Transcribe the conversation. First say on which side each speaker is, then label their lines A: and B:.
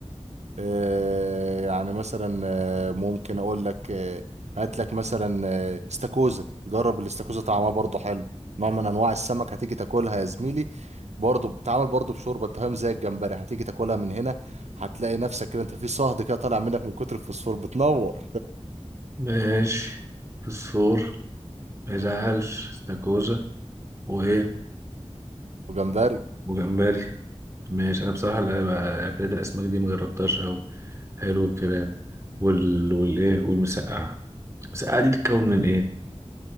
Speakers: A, on the right (about 85°); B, on the right (about 25°).
A: آه يعني مثلا آه، ممكن اقول لك آه، هات لك مثلا آه، استاكوزا جرب الاستاكوزا طعمها برضه حلو نوع من انواع السمك هتيجي تاكلها يا زميلي برضه بتتعمل برضه بشوربه أنت فاهم زي الجمبري هتيجي تاكلها من هنا هتلاقي نفسك كده انت في صهد كده طالع منك من كتر الفوسفور بتنور
B: ماشي فسفور ما يزعلش استاكوزا وإيه
A: وجمبري
B: وجمبري ماشي أنا بصراحة لا بقى- أكلات الأسماك دي مجربتهاش أوي حلو الكلام وال... والإيه والمسقعة المسقعة دي بتتكون من إيه؟